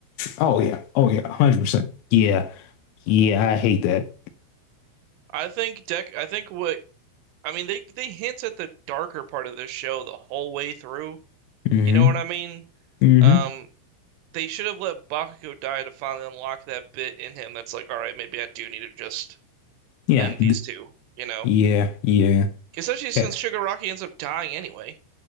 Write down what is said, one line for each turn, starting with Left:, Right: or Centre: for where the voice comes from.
Left: oh yeah, oh yeah, one hundred percent. Yeah, yeah, I hate that.
Right: I think Dek I think what I mean they they hint at the darker part of this show the whole way through.
Left: hmm
Right: You know what I mean?
Left: hmm
Right: Um they should have let Bakugo die to finally unlock that bit in him that's like, all right, maybe I do need to just
Left: Yeah,
Right: end these two, you know?
Left: yeah, yeah, yeah.
Right: Especially since
Left: yeah.
Right: Shigaraki ends up dying anyway.